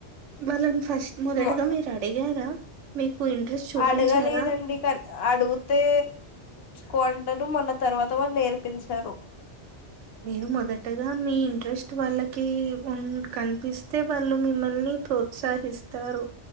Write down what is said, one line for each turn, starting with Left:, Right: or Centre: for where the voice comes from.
Right: వాళ్ళని ఫస్ట్ మొదటగా
Left: మా
Right: మీరు అడిగారా మీకు ఇంట్రెస్ట్ చూపించారా
Left: అడగలేదండి క అడుగితే కోంటారు మళ్ళ తర్వాత వాళ్ళు నేర్పించరు
Right: నేను మొదటగా మీ ఇంట్రెస్ట్ వాళ్ళకి ఉన్ కనిపిస్తే పిస్తే వాళ్ళు మిమ్మల్ని ప్రోత్సహిస్తారు